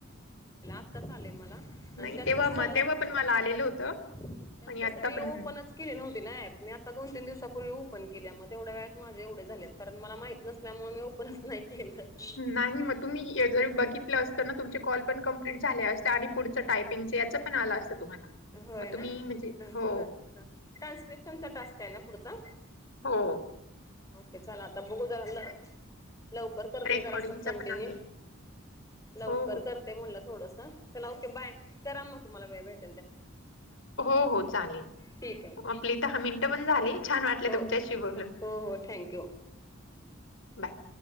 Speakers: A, on the left; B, on the left.
A: आत्ता चालेय मला आणि
B: नाही
A: त्यात
B: तेव्हा
A: कसं
B: म
A: झालं
B: तेव्हा पण मला आलेलं होतं
A: त्यात
B: आणि आत्ता
A: कसं मी
B: पण
A: ओपनच केले नव्हती ना ऍप मी आता दोन तीन दिवसाांपूर्वी उप पन केल्या मग तेवढ्या वेळात माझे एवढे झालेत कारण मला माहित नसल्यामुळे मी ओपनच नाही केलं
B: नाही मग तुम्ही ये जर बघितलं असत ना तुमचे कॉल पण कम प्लिट झाले असते आणि पुढच टायपिंगचे याचं पण आलं असतं तुम्हाला.
A: होय
B: मग तुम्ही
A: ना
B: म्हणजे
A: ह
B: हो,
A: ह ह ट्रान्स्क्रिप्शनचा टास्क हाय ना पुढचा
B: अगं
A: ये चला आता बघू जरा ल लवकर करते
B: रेकॉर्डिंगचा
A: जरा स कंटिन्यू
B: पण आहे.
A: लवकर
B: हो, हो.
A: करते म्हणलं थोडस चला ओके बाय करा मग तुम्हाला वेळ भेट
B: हो हो चालेल
A: ठीक आहे
B: आपली दहा मिनट पण झाली छा छान वाटलं
A: ओके
B: तुमच्याशी बोलून
A: हो हो हो थँक्यू
B: बाय